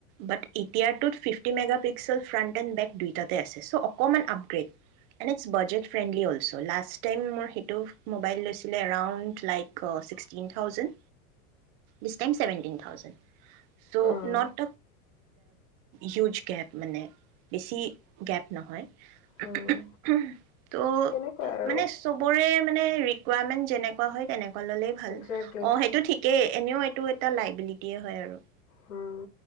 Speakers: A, on the right; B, on the left.
A: বাট এতিয়টোত fifty meg pixel front and back দুইটাতে আছে চ' অকণমান up date it's budget friendly also last time মোৰ সেইটো মোবাইল লৈছিলে around like sixteen thousand the time seventeen thousand. So
B: um,
A: not huge gap মানে বেছি গেপ নহয়। ত'
B: উম, সেনেকুৱাই আৰু
A: মানে চবৰে মানে ৰিকুৱাৰমেণ্ট যেনেুৱা হয় তেনেক ল'লেই ভাল
B: একজেক্টলি।
A: অ', সেইটো ঠিকেই এনেও এইটো এটা লাইবিলিটিয়ে আৰু
B: উম,